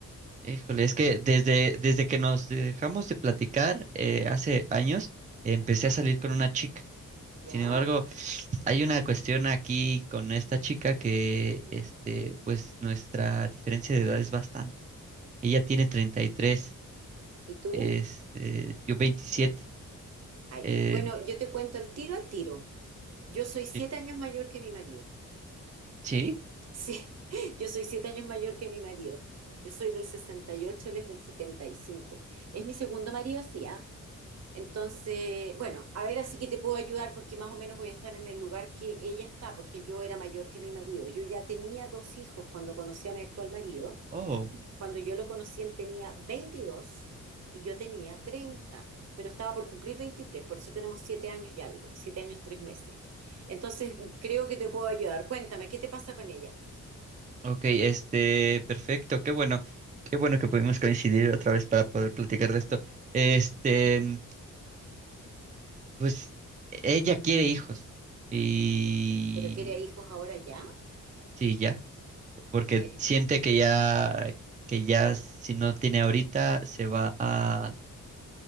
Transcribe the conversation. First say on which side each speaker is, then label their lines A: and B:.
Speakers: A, on the right; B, on the right.
A: Híjole, es que desde, desde que nos dejamos de platicar eh, hace años, empecé
B: Ajá,
A: a salir con una chica.
B: ¿ya?
A: Sin embargo, hay una cuestión aquí con esta chica que,
B: Mm.
A: este, pues nuestra diferencia de edad es bastante. Ella tiene 33,
B: ¿Y tú?
A: este, yo 27.
B: Ay,
A: eh,
B: eh, bueno, yo te cuento al tiro al tiro. Yo soy siete
A: sí.
B: años mayor que mi marido.
A: ¿sí?
B: Sí, <laughs> yo soy siete años mayor que mi marido. Yo soy del 68, él es del 75. Es mi segundo marido, sí, ¿ah? Entonces, bueno, a ver, así que te puedo ayudar porque más o menos voy a estar en el lugar que ella está, porque yo era mayor que mi marido. Yo ya tenía dos hijos cuando conocí a mi actual marido.
A: Oh,
B: Cuando yo lo conocí, él tenía 22 y yo tenía 30, pero estaba por cumplir 23, por eso tenemos 7 años y algo, 7 años, 3 meses. Entonces, creo que te puedo ayudar. Cuéntame, ¿qué te pasa con ella?
A: ok, este, perfecto, qué bueno, qué bueno que pudimos coincidir otra vez para poder platicar de esto.
B: Sí,
A: Este,
B: cuéntame.
A: mm, pues ella quiere hijos y
B: ¿Pero quiere hijos ahora ya?
A: sí, ya.
B: Ok.
A: porque siente que ya, que ya si no tiene ahorita, se va a,